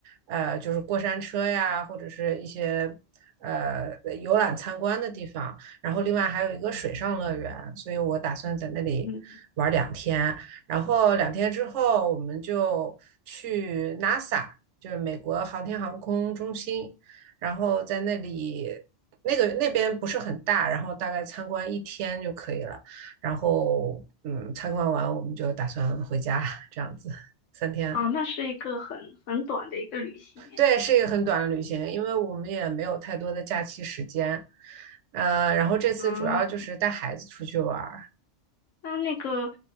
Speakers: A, on the right (about 75°); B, on the left (about 90°).
A: 呃，就是过山车呀，或者是一些呃游览参观的地方，然后另外还有一个水上乐园，所以我打算在那里玩两天，
B: 嗯，
A: 然后两天之后我们就去 NASA，就是美国航天航空中心，然后在那里。那个那边不是很大，然后大概参观一天就可以了。然后嗯，参观完我们就打算回家，这样子三天。
B: 啊，那是一个很很短的一个旅行诶。
A: 对，是一个很短的旅行，因为我们也没有太多的假期时间。呃，然后这次主要就是带孩子出去玩儿。
B: 嗯，那那个